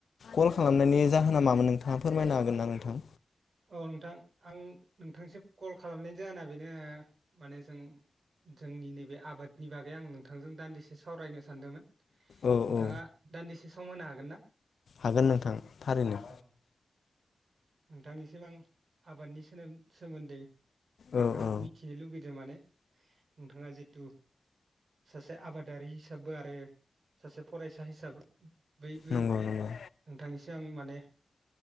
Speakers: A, on the left; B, on the right.
A: कल खालामनायनि जाहोना मामोन नोंथाङा फोरमायनो हागोन ना नोंथां?
B: औ नोंथां आं नोंथांसिम कल खालामनाय जाहोना बेनो माने जों जोंनि नैबे आबादनि बागै आं नोंथांजों दान्दिसे सावरायनो सानदोंमोन
A: औ
B: नोंथाङा
A: औ
B: दान्दिसे सम होनो हाग हागोन ना?
A: हागोन नोंथां थारैनो।
B: अ नोंथांनिसिम आं आबादनि सोमोन सोमोन्दै बेखौ
A: औ औ
B: मिथिनो लुगैदों माने नोंथाङा जिथु सासे आबादारि हिसाबबो आरो सासे फरायसा हिसाब बयबो
A: नंगौ नंगौ
B: नोंथांनिसि <unintelligible> माने